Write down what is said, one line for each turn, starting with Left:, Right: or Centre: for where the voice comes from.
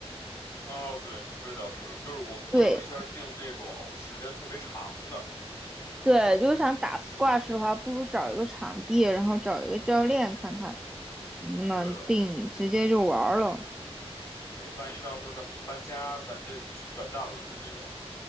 Left: 哦，对，你说这倒是，就是我们不能一下定那种时间特别长的。
Centre: 对对，如果想打 s 挂 u 的话，不如找一个场地，然后找一个教练看看能不能定，
Left: 对的。
Centre: 直接就玩儿了。
Left: 是，万一到时候咱们一搬家，咱这完蛋了的那种。